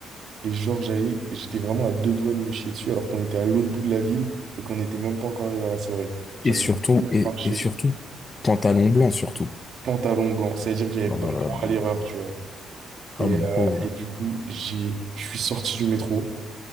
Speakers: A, on the right; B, on the left.
A: Et genre, j'allais, j'étais vraiment à deux doigts de me chier dessus alors qu'on était à l'autre bout de la ville et qu'on n'était même pas encore arrivé à la soirée. J'arrivais
B: Et surtout,
A: plus à
B: et,
A: marcher,
B: et surtout, pantalon blanc, surtout.
A: pantalon blanc. Ça veut dire que j'avais
B: Oh
A: pas
B: là
A: le droit
B: là.
A: à l'erreur, tu vois.
B: Ah,
A: Et,
B: mon
A: euh,
B: pauvre.
A: et du coup, j'ai, je suis sorti du métro